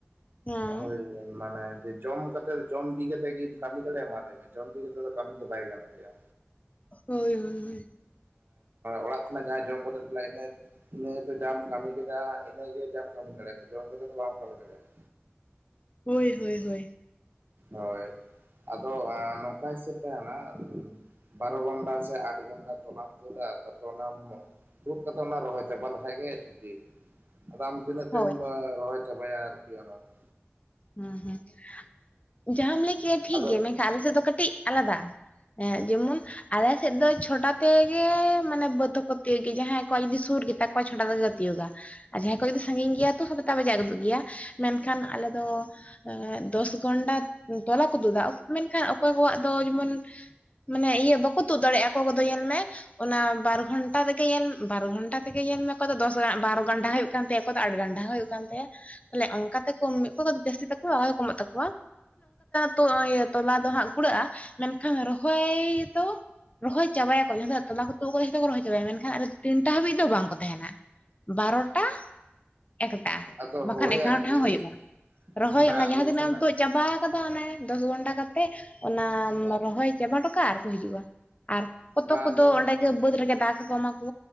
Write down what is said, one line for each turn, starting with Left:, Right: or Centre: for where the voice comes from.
Left: ᱦᱮᱸ
Right: ᱦᱚᱭ ᱢᱟᱱᱮ ᱡᱮ ᱡᱚᱢ ᱠᱟᱛᱮ ᱡᱚᱢ ᱵᱤ ᱠᱟᱛᱮᱫ ᱜᱮᱢ ᱠᱟᱹᱢᱤ ᱫᱟᱲᱮᱭᱟᱜᱼᱟ ᱢᱟ ᱞᱟᱹᱭ ᱢᱮ ᱡᱚᱢ ᱵᱤ ᱠᱟᱛᱮᱫ ᱫᱚ ᱠᱟᱹᱢᱤ ᱫᱚ ᱵᱟᱭ ᱜᱟᱱᱚᱜ ᱜᱮᱭᱟ᱾
Left: ᱦᱚᱭ-ᱦᱚᱭ-ᱦᱚᱭ
Right: ᱚᱲᱟᱜ ᱠᱷᱚᱱᱟᱜ ᱡᱟᱦᱟᱸᱭ ᱡᱚᱢ ᱠᱟᱛᱮᱭ ᱪᱟᱞᱟᱜᱼᱟ ᱤᱱᱟᱹ ᱤᱱᱟᱹ ᱫᱚ ᱡᱟᱦᱟᱸᱢ ᱠᱟᱹᱢᱤ ᱠᱮᱫᱟ ᱤᱱᱟᱹ ᱜᱮ ᱡᱟᱦᱟᱸᱢ ᱠᱟᱹᱢᱤ ᱫᱟᱲᱮᱭᱟᱫᱟ ᱡᱚᱢ ᱠᱟᱛᱮ ᱫᱚ ᱵᱟᱢ ᱠᱟᱹᱢᱤ ᱫᱟᱲᱮᱭᱟᱜᱼᱟ᱾
Left: ᱦᱚᱭ -ᱦᱚᱭ-ᱦᱚᱭ
Right: ᱦᱳᱭ ᱟᱫᱚ ᱟᱸ ᱱᱚᱝᱠᱟ ᱦᱤᱥᱟᱹᱵ ᱛᱟᱦᱮᱱᱟ ᱵᱟᱨᱚ ᱜᱚᱱᱰᱟ ᱥᱮ ᱟᱴ ᱜᱚᱱᱰᱟ ᱛᱚᱞᱟᱢ ᱛᱩᱫᱟ ᱛᱟᱨᱯᱚᱨᱮ ᱚᱱᱟᱢ ᱛᱩᱫ ᱠᱟᱛᱮᱜ ᱚᱱᱟ ᱨᱚᱦᱚᱭ ᱪᱟᱵᱟ ᱞᱮᱠᱷᱟᱡ ᱜᱮ ᱪᱷᱩᱴᱤ ᱟᱫᱚ ᱟᱢ ᱛᱤᱱᱟᱹᱜ ᱛᱮᱢ
Left: ᱦᱳᱭ
Right: ᱨᱚᱦᱚᱭ ᱪᱟᱵᱟᱭᱟ ᱟᱨᱠᱤ ᱚᱱᱮ ᱚᱱᱠᱟ
Left: ᱦᱩᱸ-ᱦᱩᱸ ᱡᱟᱦᱟᱢ ᱞᱟᱹᱭ ᱠᱮᱫᱼᱟ ᱴᱷᱤᱠ
Right: ᱟᱫᱚ
Left: ᱜᱮ ᱢᱮᱱᱠᱷᱟᱱ ᱟᱞᱮ ᱥᱮᱫ ᱫᱚ ᱠᱟᱹᱴᱤᱡ ᱟᱞᱟᱫᱟ ᱦᱮᱸ ᱡᱮᱢᱚᱱ ᱟᱞᱮ ᱥᱮᱫ ᱫᱚ ᱪᱷᱚᱴᱟ ᱛᱮᱜᱮ ᱢᱟᱱᱮ ᱵᱟᱹᱫᱷ ᱦᱚᱸᱠᱚ ᱛᱤᱭᱩᱜ ᱜᱮᱭᱟ ᱡᱟᱦᱟᱸᱭ ᱠᱚᱣᱟᱜ ᱡᱩᱫᱤ ᱥᱩᱨ ᱜᱮᱛᱟ ᱠᱚᱣᱟ ᱪᱷᱚᱴᱟ ᱛᱮᱜᱮ ᱠᱚ ᱛᱤᱭᱩᱜᱟ ᱟᱨ ᱡᱟᱦᱟᱸᱭ ᱠᱚ ᱡᱩᱫᱤ ᱥᱟᱺᱜᱤᱧ ᱜᱮᱭᱟ ᱛᱚ ᱥᱟᱛᱴᱟ ᱵᱟᱡᱟᱣ ᱜᱚᱫᱚᱜ ᱜᱮᱭᱟ ᱢᱮᱱᱠᱷᱟᱱ ᱟᱞᱮ ᱫᱚ ᱮᱸᱜ ᱫᱚᱥ ᱜᱚᱱᱰᱟ ᱛᱚᱞᱟ ᱠᱚ ᱛᱩᱫᱟ ᱢᱮᱱᱠᱷᱟᱱ ᱚᱠᱚᱭ ᱠᱚᱣᱟᱜ ᱫᱚ ᱡᱮᱢᱚᱱ ᱢᱟᱱᱮ ᱤᱭᱟᱹ ᱵᱟᱠᱚ ᱛᱩᱫ ᱫᱟᱲᱮᱭᱟᱜᱼᱟ ᱚᱠᱚᱭ ᱠᱚᱫᱚ ᱧᱮᱞ ᱢᱮ ᱚᱱᱟ ᱵᱟᱨ ᱜᱷᱚᱱᱴᱟ ᱨᱮᱜᱮ ᱧᱮᱞ ᱵᱟᱨ ᱜᱷᱚᱱᱴᱟ ᱛᱮᱜᱮ ᱧᱮᱞ ᱢᱮ ᱚᱠᱚᱭ ᱫᱚ ᱫᱚᱥ ᱵᱟᱨᱚ ᱜᱟᱱᱰᱟ ᱦᱩᱭᱩᱜ ᱠᱟᱱ ᱛᱟᱭᱟ ᱚᱠᱚᱭ ᱫᱚ ᱟᱴ ᱜᱟᱱᱰᱟ ᱦᱚᱸ ᱦᱩᱭᱩᱜ ᱠᱟᱱ ᱛᱟᱭᱟ ᱛᱟᱦᱚᱞᱮ ᱚᱱᱠᱟ ᱛᱮᱠᱚ ᱚᱠᱚᱭ ᱠᱚ ᱡᱟᱹᱥᱛᱤᱜ ᱛᱟᱠᱚᱣᱟ ᱟᱨ ᱠᱚᱢᱚᱜ ᱛᱟᱠᱚᱣᱟ ᱛᱚᱞᱟ ᱫᱚ ᱦᱟᱸᱜ ᱠᱩᱲᱟᱹᱜᱼᱟ ᱢᱮᱱᱠᱷᱟᱱ ᱨᱚᱦᱚᱭ ᱫᱚ ᱨᱚᱦᱚᱭ ᱪᱟᱵᱟᱭᱟᱠᱚ ᱡᱟᱦᱟᱸ ᱛᱤᱱᱟᱹᱜ ᱛᱚᱞᱟ ᱠᱚ ᱛᱩᱫ ᱠᱟᱫᱟ ᱡᱷᱚᱛᱚ ᱠᱚ ᱨᱚᱦᱚᱭ ᱪᱟᱵᱟᱭᱟ, ᱢᱮᱱᱠᱟᱷᱟᱱ ᱛᱤᱱᱴᱟ ᱦᱟᱹᱵᱤᱡ ᱫᱚ ᱵᱟᱝ ᱠᱚ ᱛᱟᱦᱮᱱᱟ᱾ ᱵᱟᱨᱚᱴᱟ ᱮᱠᱴᱟ
Right: ᱟᱫᱚ ᱦᱳᱭ
Left: ᱵᱟᱠᱷᱟᱱ
Right: ᱟᱨᱠᱤ
Left: ᱮᱜᱟᱨᱚᱴᱟ ᱦᱚᱸ ᱦᱩᱭᱩᱜᱼᱟ ᱾ ᱨᱚᱦᱚᱭ
Right: ᱵᱟᱝ
Left: ᱚᱱᱟ
Right: ᱟᱞᱮ
Left: ᱡᱟᱦᱟᱸ ᱛᱤᱱᱟᱹᱜ
Right: ᱥᱮᱱ
Left: ᱮᱢ ᱛᱩᱫ ᱪᱟᱵᱟ ᱟᱠᱟᱫᱟ ᱚᱱᱮ ᱫᱚᱥ ᱜᱷᱚᱱᱴᱟ ᱠᱟᱛᱮᱜ ᱚᱱᱟᱢ
Right: ᱵᱟᱝ
Left: ᱨᱚᱦᱚᱭ ᱼᱼ ᱪᱟᱵᱟ ᱦᱚᱴᱚ ᱠᱟᱜᱼᱟ, ᱟᱨ ᱠᱚ ᱦᱤᱡᱩᱜᱼᱟ, ᱟᱨ ᱠᱚᱛᱚᱠ
Right: ᱵᱟᱝ
Left: ᱠᱚᱫᱚ
Right: ᱟᱫᱚ
Left: ᱚᱸᱰᱮ ᱜᱮ ᱵᱟᱹᱫᱽ ᱨᱮᱜᱮ ᱫᱟᱠᱟ ᱠᱚᱠᱚ ᱮᱢᱟ ᱠᱚᱼᱼ